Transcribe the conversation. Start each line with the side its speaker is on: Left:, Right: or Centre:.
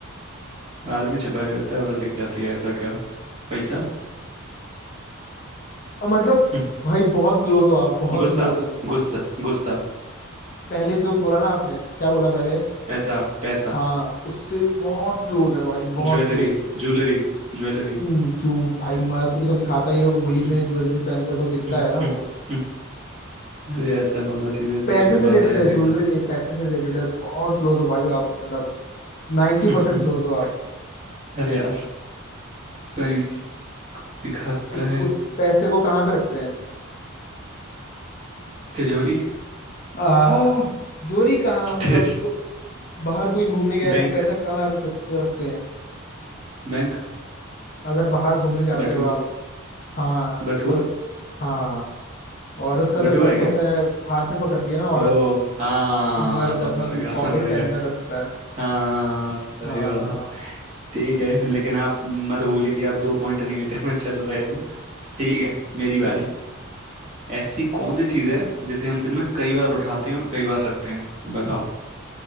Right: आदमी छिपा के रखता है औरत दिखाती है ऐसा क्या पैसा
Left: और मतलब
Right: हम्म,
Left: भाई बहुत क्लोज हो आप बहुत
Right: गुस्सा
Left: क्लोज हो
Right: गुस्सा गुस्सा
Left: पहले जो बोला ना आपने क्या बोला पहले
Right: पैसा पैसा
Left: हाँ उससे बहुत क्लोज है भाई बहुत
Right: Jewellery
Left: क्लोज
Right: jewellery jewellery
Left: हम्म, क्यों भाई मर्द भी तो दिखाता ही है उंगली
Right: हम्म,
Left: में ज्वेलरी पहनते है तो दिखता
Right: हम्म,
Left: है ना
Right: हम्म,
Left: वो
Right: हम्म। अरे ऐसा कौन सा चीज है
Left: पैसे
Right: जो छिपाता
Left: से रिलेटेड
Right: है
Left: है
Right: दिखाता
Left: ज्वेलरी
Right: है?
Left: नहीं पैसे से रिलेटेड है बहुत क्लोज हो भाई आप मतलब 90%
Right: <laughs>
Left: परसेंट क्लोज हो आप
Right: अरे यार पैस दिखाता
Left: उस
Right: है
Left: उस पैसे को कहाँ पे रखते हैं
Right: तिजोरी
Left: आह जोरी कहाँ मतलब
Right: तिज
Left: को- बाहर कोई घूमने गया है
Right: बैंक
Left: तो पैसा कहाँ रख, रखते हैं
Right: बैंक
Left: अगर बाहर घूमने जाते
Right: बटुआ
Left: हो आप हाँ
Right: बटुआ
Left: उसको हाँ औरत का जो
Right: बटुआ
Left: पर्स
Right: है क्या
Left: होता है हाथ में पकड़ती है ना औरत
Right: ओ हाँ
Left: मर्द
Right: समझ
Left: अपना
Right: गया
Left: पॉकेट
Right: समझ गया
Left: के अंदर रखता है
Right: हाँ सही
Left: हाँ
Right: बात है ठीक है लेकिन आप मत भूलिए कि आप दो पॉइंट नेगेटिव में चल रहे हैं ठीक है मेरी बारी
Left: हम्म,
Right: ऐसी कौन सी चीज है जिसे हम दिन में कई बार उठाते हैं और कई बार रखते हैं बताओ